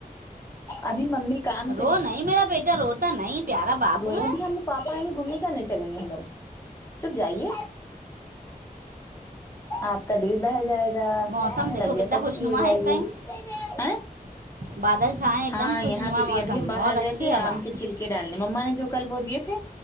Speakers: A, on the left; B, on the right.
A: ابھی ممی کام
B: رو نہیں میرا بیٹا روتا نہیں پیارا بابو
A: روئے
B: ہے
A: ابھی ہم لگ پاپا آئیں گے گھوم ہی کرنے چلیں گے ہم لوگ چپ جائیے آپ کا دل بہل جائے گا
B: موسم دیکھو
A: طبیعت
B: کتنا
A: اچھی
B: خوشنما
A: ہو جائے
B: ہے اس
A: گی
B: ٹائم
A: ہاں
B: بادل چھائے ایک
A: ہاں
B: دم خوشنما
A: یہاں پہ
B: موسم
A: بھ اب ہم باہر
B: بہت اچھی
A: گئے تھے آم
B: ہوا
A: کے چھلکے ڈالنے مما نے جو کل وہ دیے تھے